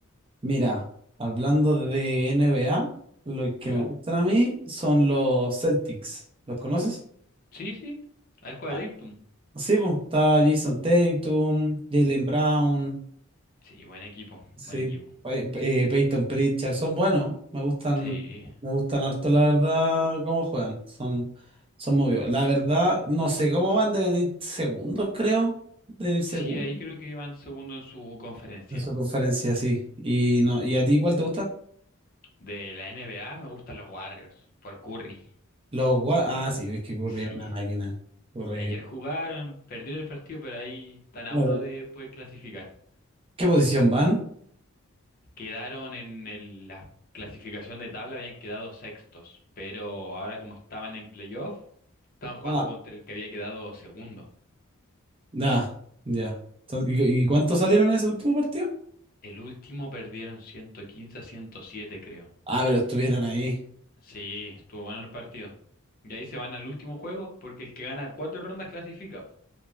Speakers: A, on the right; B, on the left.
A: Mira, hablando de NBA, lo que
B: ¿Ya?
A: me gustan a mí son los Celtics. ¿Los conoces?
B: Sí, sí. Ahí juega
A: Ah.
B: Tatum.
A: Sí, pues, está Jason Tatum, Jalen Brown.
B: Sí, buen equipo,
A: Sí,
B: buen equipo.
A: Pey- eh, Peyton Pritchard, son buenos, me gustan,
B: Sí.
A: me gustan harto la verdad cómo juegan, son, son movidos. La verdad, no sé cómo van, de venir segundos, creo, de venir segundos
B: Sí, ahí creo que van segundo en su conferencia.
A: de su conferencia, sí. Y no, ¿y a ti cuál te gusta?
B: De la NBA me gustan los Warriors, por Curry.
A: Los Wa- ah, sí, es que Curry
B: Sí.
A: es una máquina. Curry.
B: Y ayer jugaron, perdieron el partido, pero ahí están a
A: Claro.
B: uno de poder clasificar.
A: ¿Qué posición van?
B: Quedaron en el- la clasificación de tabla, habían quedado sextos, pero ahora como estaban en playoff, estaban jugando
A: Ah,
B: contra el que había quedado segundo.
A: nah, ya. Entonces, ¿y, y cuántos salieron en ese último partido?
B: El último perdieron 115 a 107, creo.
A: Ah, pero estuvieron ahí.
B: Sí, estuvo bueno el partido. Y ahí se van al último juego, porque el que gana cuatro rondas clasifica.